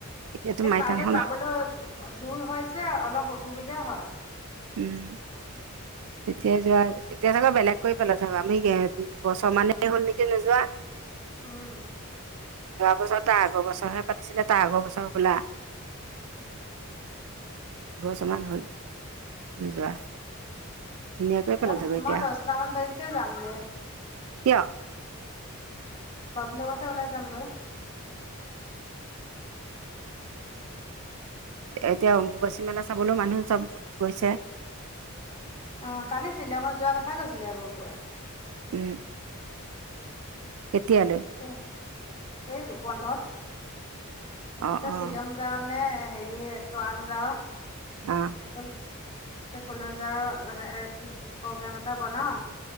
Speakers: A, on the right; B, on the left.
A: এতিয়াতো
B: এ
A: মাইথানখন
B: তালৈ যাবলৈ দূৰ হয় যে, অলপ অসুবিধা হয়।
A: উম। তেতিয়াই যোৱা, এতিয়া চাগে বেলেগ কৰি পেলাইছে হয়। আমি এয়া বছৰ মানেই হ'ল নেকি নোযোৱা?
B: উম।
A: যোৱা বছৰ তাৰ আগৰ বছৰহে পাতিছিলে। তাৰ আগৰ বছৰ হবলা
B: উম।
A: কিছুমান হ'ল নোযোৱা। ধুনীয়াকৈ পেলালে
B: মই-
A: চাগৈ এতিয়া
B: মই দছটামান বাজিতে যামগৈ।
A: কিয়?
B: বাব্লু লগতে ওলাই যাম গৈ।
A: এতিয়া অম্বুবাচী মেলা চাবলৈও মানুহ চব গৈছে।
B: অ' কালি শ্বিলঙত যোৱা কথা কৈছিলে বুবুৱে।
A: উম। কেতিয়ালৈ
B: কৈছে- এই ৰো বন্ধত।
A: অ
B: কৈছে
A: অ
B: শ্বিলং যাওঁ নে হেৰি টৱাং যাওঁ?
A: অ
B: অৰুণাচল। কৈছে কলৈ যাওঁ হ- কি প্ৰগ্ৰাম এটা বনাও।